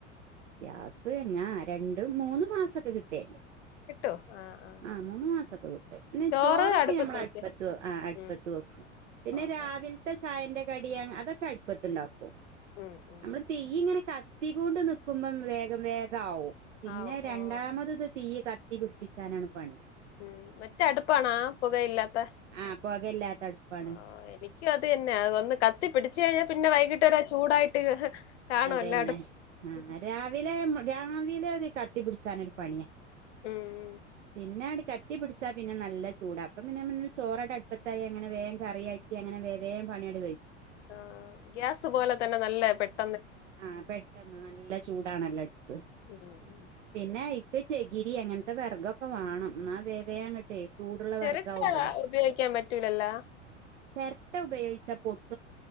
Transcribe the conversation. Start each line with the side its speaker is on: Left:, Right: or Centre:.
Right: ഗ്യാസ് ത് ന്നാ രണ്ടും മൂന്ന് മാസക്കെ കിട്ടെൽണ്ട്.
Left: കിട്ടോ? ആഹ് ആഹ്
Right: ആ മൂന്നു മാസൊക്കെ കിട്ട പിന്നെ
Left: ചോറ്
Right: ചോറൊക്കെ നമ്മൾ
Left: വെക്കും
Right: അടുപ്പത്ത് ആ അടുപ്പത്ത്
Left: ഉം
Right: വെക്കും. പിന്നെ
Left: ഓ
Right: രാവിൽത്തെ
Left: ഓ
Right: ചായന്റെ കടിയ അതൊക്കെ അടുപ്പത്തിണ്ടാക്കും
Left: ഉം ഉം
Right: നമ്മള് തീയ്യിങ്ങനെ കത്തി കൊണ്ട് നിക്കുമ്പം വേഗം വേഗാവും പിന്നെ
Left: ആവും
Right: രണ്ടാമത്
Left: ഓ
Right: തീ കത്ത് തീ പിടിപ്പിചക്കാനാണ് പണി.
Left: ഉം മറ്റ അടുപ്പാണാ പുകയില്ലാത്ത?
Right: ആഹ് പൊകയില്ലാത്ത അടുപ്പാണ്
Left: ആ എനിക്കുവതന്നെ ഒന്ന് കത്തി പിടിച്ച് ച്ച്ഴിഞ്ഞാ പിന്നെ വൈകിട്ടൊരാ ചൂടായിട്ട് കാണുവല്ലോ
Right: അതെന്നെ
Left: അടു
Right: ആ
Left: ഉം
Right: രാവിലെ രാവിലോരു കത്തി പിടിച്ചാനൊരു പണിയാ.
Left: ഉം
Right: പിന്നാടെ കത്തി പിടിച്ചാ പിന്നെ നല്ല ചൂടാ അപ്പം പിന്നെ ചോറടെ അടുപ്പത്തായി അങ്ങനെ വേം കറിയാക്കി അങ്ങനെ വേംവേം പണിയടെ കഴി
Left: ആ ഗ്യാസ് പോലെ തന്നെ നല്ല പെട്ട്
Right: ആ പെട്ടെന്ന് നല്ല ചൂടാണല്ലോടുപ്പ്
Left: ചെയ്യും ഉം ഉം ആ
Right: പിന്നെ ചെകിരി അങ്ങനത്തെ വെറഗൊക്കെ വേണം. എന്നാ വേവേങ്ങട്ടെ ചൂടുള്ള
Left: ചിരട്ട
Right: വെർഗാവുമ്പഴേ
Left: ഉപയോഗിക്കാൻ പറ്റൂലല്ലോ
Right: ചെർട്ട ഉപയോഗിച്ച പൊട്ട്